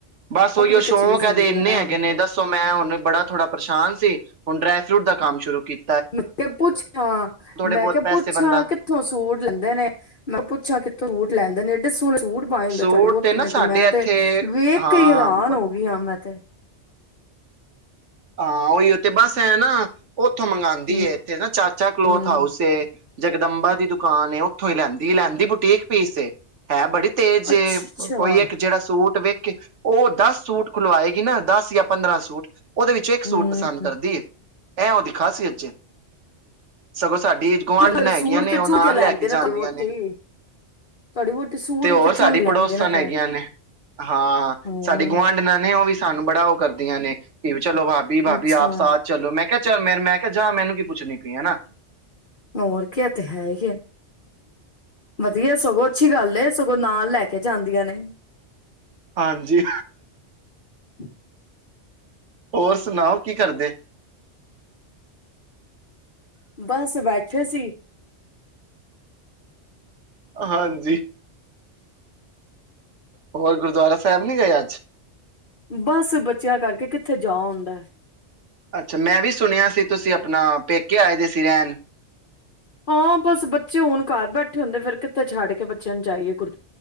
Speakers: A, on the right; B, on the left.
A: ਬਸ, ਓਹੀਓ
B: ਵੀ ਤਾਂ
A: ਸ਼ੌਕ
B: ਚੀਜ਼ ਹੁੰਦੀ
A: ਏਦੇ ਇੰਨੇ
B: ਹੈ ਨਾ
A: ਹੈਗੇ ਨੇ। ਦੱਸੋ, ਮੈਂ ਹੂਣ ਬੜਾ ਥੋੜਾ ਪਰੇਸ਼ਾਨ ਸੀ। ਹੁਣ ਡਰਾਏ ਫਰੂਟ ਦਾ ਕੰਮ ਸ਼ੁਰੂ ਕੀਤ
B: ਮੈਂ ਕਿਹਾ ਪੁੱਛਾਂ, ਮੈਂ
A: ਬਹੁਤ
B: ਕਿਹਾ
A: ਪੈਸੇ
B: ਪੁੱਛਾਂ
A: ਬੰਦਾ
B: ਕਿੱਥੋਂ ਸੂਟ ਲੈਂਦੇ ਨੇ? ਮੈਂ ਪੁੱਛਾਂ ਕਿੱਥੋਂ ਸੂਟ ਲੈਂਦੇ ਨੇ? ਏਡੇ ਸੋਹਣੇ ਸੂਟ। ਪਾਏ ਹੁੰਦੇ
A: ਸੂਟ
B: ਤੁਹਾਡੀ ਵੋਟੀ
A: ਨਾ
B: ਨੇ ਤੇ,
A: ਸਾਡੇ
B: ਮੈਂ
A: ਇੱਥੇ
B: ਤੇ ਵੇਖ
A: ਹਾਂ
B: ਕੇ ਈ ਹੈਰਾਨ ਹੋ ਗੀ ਆ। ਮੈਂ ਤੇ।
A: ਹਾਂ ਓਹੀਓ ਤੇ ਬਸ ਐ ਨਾ ਉੱਥੋਂ ਮੰਗਾਦੀ
B: ਹੂੰ
A: ਏ। ਇੱਥੇ ਨਾ ਚਾਚਾ ਕਲੋਥ
B: ਹੂੰ
A: ਹਾਊਸ ਏ। ਜਗਦੰਬਾ ਦੀ ਦੁਕਾਨ ਏ ਉੱਥੋਂ ਹੀ ਲੈਂਦੀ। ਲੈਂਦੀ ਬੁਟੀਕ ਪੀਸ ਏ, ਹੈ ਬੜੀ ਤੇਜੇ
B: ਅੱਛਾ ਅੱਛਾ
A: ਕੋਈ ਇੱਕ ਜਿਹੜਾ ਸੂਟ ਵੇਖ ਉਹ ਦਸ ਸੂਟ ਖੁਲਵਾਏਗੀ ਨਾ ਦਸ ਜਾਂ ਪੰਦਰਾਂ ਸੂਟ। ਔਦੇ ਵਿੱਚੋਂ ਇੱਕ ਸੂਟ
B: ਹੂੰ
A: ਪਸੰਦ ਕਰਦੀ ਏ। ਇਹ ਉਹਦੀ ਖਾਸੀਅਤ ਜੇ। ਸਗੋਂ ਸਾਡੀ ਗੁਆਂਢਣਾ
B: ਫਿਰ
A: ਹੈਗੀਆਂ
B: ਸੂਟ
A: ਨੇ
B: ਤੇ
A: ਉਹ
B: ਚੁਣ
A: ਨਾਲ
B: ਲੈਂਦੇ
A: ਲੈ ਕੇ ਜਾਂਦੀਆਂ
B: ਨਾ ਤੁਹਾਡੀ ਵਹੁਟੀ
A: ਨੇ।
B: ਤੁਹਾਡੀ ਵਹੁਟੀ ਸੂਟ
A: ਤੇ ਹੋਰ
B: ਵੀ
A: ਸਾਡੀ
B: ਚੁਣ ਲੈਂਦੇ
A: ਪੜੋਸਣ
B: ਨਾ
A: ਹੈਗੀਆਂ
B: ਫਿਰ
A: ਨੇ, ਹਾਂ
B: ਹੋਰ
A: ਸਾਡੀ ਗੁਆਂਢਣਾ ਨੇ ਉਹ ਵੀ ਸਾਨੂੰ ਬੜਾ ਓ ਕਰਦੀਆਂ ਨੇ। ਕਿ ਚਲੋ ਭਾਬੀ ਭਾਬੀ
B: ਅੱਛਾ
A: ਆਪ ਸਾਥ ਚਲੋ। ਮੈਂ ਕਿਆ ਚੱਲ ਮੇਰ ਮੈਂ ਕਿਆ ਜਾਂ ਮੈਨੂੰ ਕੀ ਪੁੱਛਣੀ ਪੀ ਏ ਹੈਨਾ।
B: ਹੋਰ ਕੇ ਏ ਤੇ ਹੈ ਈ ਏ। ਵਧੀਐ ਸਗੋਂ ਅੱਛੀ ਗੱਲ ਏ ਸਗੋਂ ਨਾਲ ਲੈ ਕੇ ਜਾਂਦੀਆ ਨੇ।
A: ਹਾਂਜੀ।
B: <inaudible> <inaudible>
A: ਹੋਰ ਸੁਣਾਓ ਕੀ ਕਰਦੇ।
B: ਬਸ ਬੈਠੇ ਸੀ।
A: ਹਾਂਜੀ। ਹੋਰ ਗੁਰਦੁਆਰਾ ਸਾਹਿਬ ਨੀ ਗਏ ਅੱਜ।
B: ਬਸ ਬੱਚਿਆਂ ਕਰਕੇ ਕਿੱਥੇ ਜਾ ਹੂੰਦਾ ਏ।
A: ਅੱਛਾ ਮੈਂ ਵੀ ਸੁਣਿਆ ਸੀ ਤੁਸੀਂ ਆਪਣਾ ਪੇਕੇ ਆਏ ਦੇ ਸੀ ਰਹਿਣ।
B: ਹਾਂ ਬਸ ਬੱਚੇ ਹੁਣ ਘਰ ਬੈਠੇ ਹੁੰਦੇ ਫਿਰ ਕਿੱਥੇ ਛੱਡ ਕੇ ਬੱਚਿਆਂ ਨੂੰ ਜਾਈਏ ਗੁਰ